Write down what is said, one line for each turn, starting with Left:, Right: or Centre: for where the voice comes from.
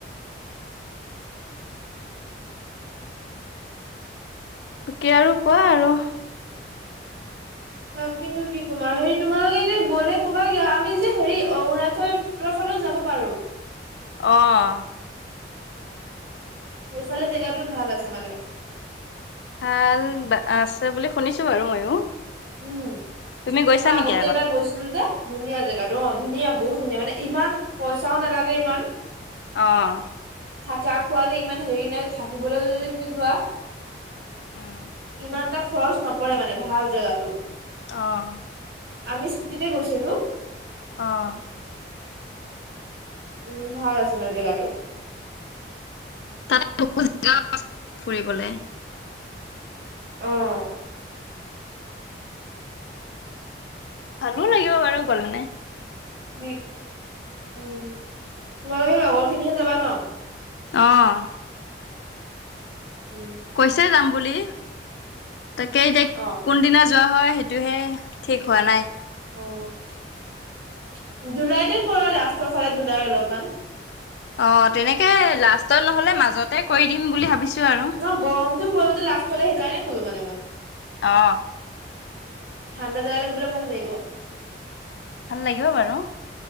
Left: তাকে আৰু কোৱা আৰু
Right: বাকিনো কি কম আৰু হেৰি তোমালোকে এতিয়া গ'লে ক'বা গে আৰু আমি যে হেৰি অৰুণাচলৰ ফালে যাব পাৰো।
Left: অহ
Right: সেইফালে জেগাটো ভাল আছে মানে
Left: ভাল আছে বুলি শুনিছো বাৰু ময়ো
Right: উম
Left: তুমি গৈছা
Right: মই
Left: নেকি
Right: আগতে এবাৰ গৈছিলো যে ধুনীয়া জেগাতটো অ ধুনীয়া বহুত ধুনীয়া মানে ইমান পইচাও নালাগে ইমান
Left: অহ
Right: হাতা খোৱালে ইমান হেৰি নাই থাকিবলৈ যদি তুমি যোৱা
Left: উম,
Right: ইমানটা খৰচ নপৰে মানে ভাল জেগাটো
Left: অহ
Right: আমি স্কুটিতে গৈছিলো
Left: অহ
Right: উম ভাল আছে মানে জেগাটো
Left: তাতে বহত জেগা আছে ফুৰিবলে
Right: অহ
Left: ভালো লাগিব বাৰু গ'লে মানে
Right: উম তোমালোকে লগৰ খিনিহে যাবা ন?
Left: অহ
Right: উম।
Left: কৈছে যাম বুলি তাকেই এতি
Right: অ',
Left: কোনদিনা যোৱা হয় সেইটোহে ঠিক হোৱা নাই
Right: অ জুলাইতে কৰো লাষ্টৰ ফালে জুলাই অলপমান
Left: অ তেনেকে লাষ্টত নহলে মাজতে কৰি দিম বুলি ভাবিছো আৰু
Right: ন গৰমটো পৰিব যে লাষ্টলে সেইকাৰণে কলো মানে মই।
Left: অ
Right: ঠাণ্ডা জাগা জাবলৈ ভাল লাগিব
Left: ভাল লাগিব বাৰু